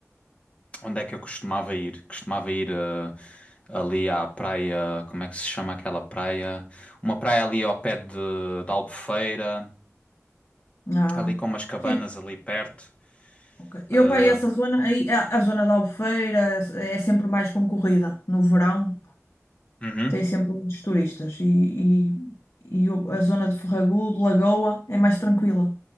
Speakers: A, on the left (about 25°); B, on the left (about 60°).
A: onde é que eu costumava ir? Costumava ir ah, ali à praia, como é que se chama aquela praia? Uma praia ali ao pé de, de Albufeira,
B: Ah,
A: ali com umas cabanas
B: sim.
A: ali perto.
B: ok. Eu
A: Ah,
B: para essa zona, aí, a, a zona da Albufeira é, é sempre mais concorrida no verão.
A: Uhum.
B: tem sempre muitos turistas. E, e, e o- a zona de Ferragudo, de Lagoa, é mais tranquila.